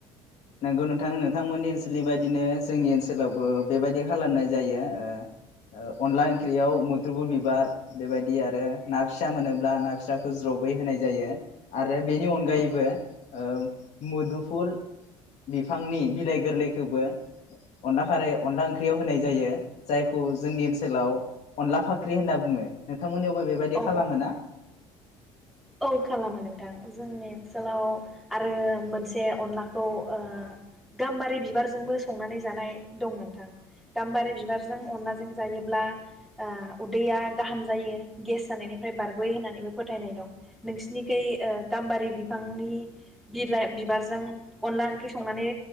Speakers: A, on the left; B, in the centre.
A: नंगौ नोंथां नोंथांमोननि ओनसोलनि बायदिनो जोंनि ओनसोलावबो बेबायदि खालामनाय जायो ओ अनला ओंख्रियाव मुदुफुर बिबार बेबायदि आरो ना फिसा मोनोब्ला ना फिसाखौ ज्रबै होनाय जायो आरो बेनि अनगायैबो ओ मुदुफुल बिफांनि बिलाइ गोरलैखौबो अनला खारै अनला ओंख्रियाव होनाय जायो जायखौ जोंनि ओनसोलाव अनला फाख्रि होनना बुङो। नोंथांमोननियावबो बेबायदि
B: औ
A: खालामो
B: औ
A: ना?
B: औ खालामो नोंथां जोंनि ओनसोलाव आरो मोनसे अनलाखौ ओ गाम्बारि बिबारजोंबो संनानै जानाय दं नोंथां गाम्बारि बिबारजों अनलाजों जायोब्ला ओ उदैया गाहाम जायो गेस जानायनिफ्राय बारग'यो होननानैबो फोथायनाय दं। नोंसिनिखै गाम्बारि बिफांनि बिलाइ बिबारजों अनला ओंख्रि संनानै